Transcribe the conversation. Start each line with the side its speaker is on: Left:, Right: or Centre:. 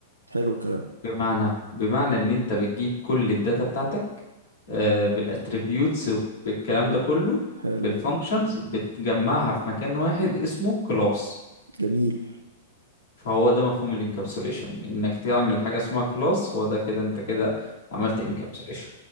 Right: حلو الكلام
Left: بمعنى بمعنى ان انت بتجيب كل الداتا بتاعتك أه... بالاتريبيوتس بالكلام ده كله
Right: حلو
Left: بالفانكشنز بتجمعها في مكان واحد اسمه كلاس
Right: جميل
Left: فهو ده مفهوم الانكابسوليشن انك تعمل حاجه اسمها كلاس هو ده كده انت كده عملت انكابسوليشن